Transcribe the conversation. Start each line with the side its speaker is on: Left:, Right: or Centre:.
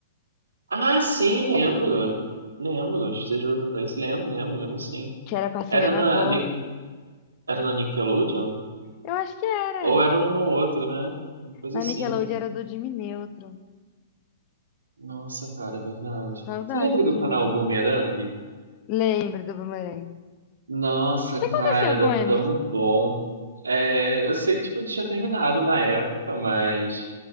Right: Ah, sim, lembro. Lembro. Stage Rover Place, lembro, lembro, lembro sim.
Left: Que era com a
Right: Era
Left: Selena
Right: na,
Left: Gomez.
Right: Ni- era na Nickelodeon?
Left: Eu acho que era.
Right: Ou era um no outro, né? Uma coisa
Left: Na
Right: assim,
Left: Nickelodeon
Right: né?
Left: era do Jimmy Neutron.
Right: Nossa, cara, é verdade.
Left: Saudade
Right: Você lembra
Left: do
Right: do
Left: Jimmy
Right: canal
Left: Neutron.
Right: Boomerang?
Left: Lembro do Boomerang. O
Right: Nossa,
Left: que
Right: cara,
Left: aconteceu
Right: era
Left: com eles?
Right: tão bom. É, eu sei que tipo, tinha terminado na época, mas